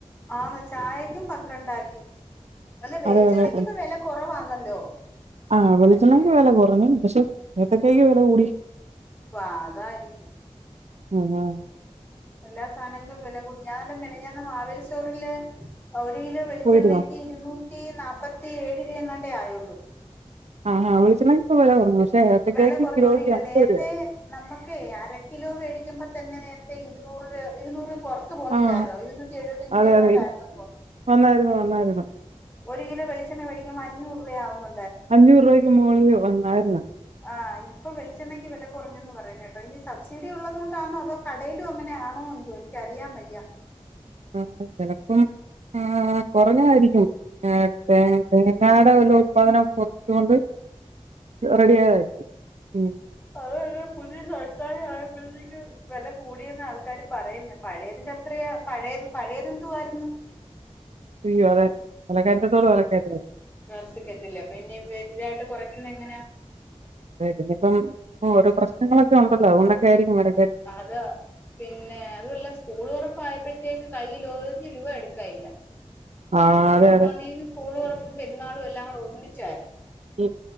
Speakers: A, on the left; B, on the right.
A: ആന്ന് ചായക്കും പന്ത്രണ്ടാക്കി അല്ല വെളിച്ചെണ്ണക്കിപ്പം
B: അതെ അതെ
A: വെല കൊറവാന്ന ഹലോ
B: ആഹ് വെളിച്ചെണ്ണക്ക് ഒക്കെ വെല കൊറഞ്ഞു പഷെ ഏത്തക്കായിക്ക് വെല കൂടി
A: പ്പൊ അതായിരിക്കും
B: ഉം ഉം
A: എല്ലാ സാനക്കും വെല കൂടി ഞാന് മിനിഞ്ഞാന്ന് മാവേലി സ്റ്റോറില് ഒര് കിലോ വെളിച്ചെണ്ണയ്ക്ക്
B: പോയിരുന്നോ?
A: ഇരുന്നു റ്റി നാല്പ്പത്തി ഏഴ് രൂപ എങ്ങാണ്ടേ ആയൊള്ളൂ
B: ആ ഹാ വെളിച്ചെണ്ണക്ക് ഇപ്പ വെല കുറഞ്ഞു ഏത്തക്കായ്ക്ക്
A: വെല കൊർഞ്ഞു
B: കിലോയ്ക്ക്
A: ഒരു കിലോ
B: എൺപത്
A: നേര്ത്തെ
B: രൂപയാ
A: നമ്മക്ക് അര കിലോ വേടിക്കുമ്പ ത്തന്നെ നേരത്തെ ഇരുന്നൂർ രൂ ഇരുന്നൂറ് പൊർത്തു പോന്നില്ലാരുന്നു
B: ആഹ്
A: ഇരുന്നൂറ്റി എഴുപത്തിഞ്ച്
B: അതെ
A: രൂപങ്ങാണ്ടായിരുന്നു
B: അതെ
A: തോന്നുന്നു
B: വന്നായിരുന്നു വന്നായിരുന്നു
A: ഒരു കിലോ വെളിച്ചെണ്ണ വേടിക്കുമ്പോ അഞ്ഞൂറ് വേ അവുന്ന്
B: അഞ്ഞൂറ് രൂപക്ക് മുകളില് വന്നാരുന്നു
A: ആ ഇപ്പൊ വെളിച്ചെണ്ണക്ക് വെല കൊറഞ്ഞന്ന് പറയുന്ന കേട്ടോ ഇനി സബ്സിഡി ഉള്ളതോണ്ടാന്നോ അതോ കടയിലും അങ്ങനൊണോ എന്തോ എനിക്കറിയാൻ വയ്യ
B: ആ ചെലപ്പം ആ കൊറഞ്ഞായിരിക്കും ആ ആ ആ <unintelligible> ഉല്പാദനം കൊർച്ചോണ്ട് റെഡിയായതാരിക്കും ഉം
A: അതെന്നെ പുതിയ സർക്കര് ആയപ്പഴ്ത്തേക്ക് വെല കൂടിയെന്ന് ആൾക്കാര് പറയുന്നെ പഴയതിന്റെ അത്രയാ പഴയത് പഴയതെന്തു ആരുന്നു
B: ഇയ്യൊ അതെ വെലക്കയറ്റത്തോട് വെലക്കയറ്റാ
A: <unintelligible> കെട്ടില്ല അപ്പ ഇന്നി വലുതായിട്ട് കൊറയ്ക്കുന്ന എങ്ങനാ
B: <unintelligible> ഇപ്പം ഓരോ പ്രശ്നങ്ങളൊക്കെ ഒണ്ടല്ലോ അതൊണ്ടൊക്കെ ആയിരിക്കും വെല
A: അത പിന്നെ അതുവല്ല സ്കൂൾ തൊറപ്പായ്പ്പഴ്ത്തേക്ക് കയ്യിൽ ഓരെ രൂപ എടുക്കായില്ല
B: ആ
A: നമുക്ക്
B: അതെ അതെ
A: ആന്നെ സ്കൂള് തൊറപ്പം പെരുന്നാളും എല്ലാം കൂടെ ഒ ന്നിച്ചാ
B: മ്മ്